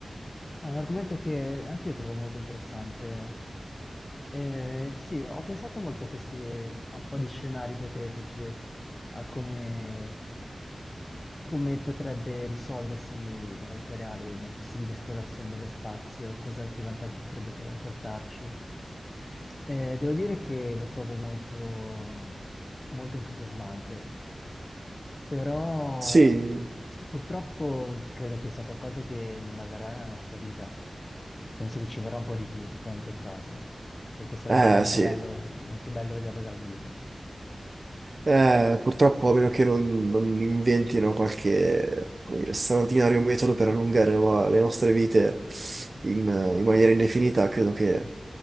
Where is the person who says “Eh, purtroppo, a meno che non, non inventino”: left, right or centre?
Right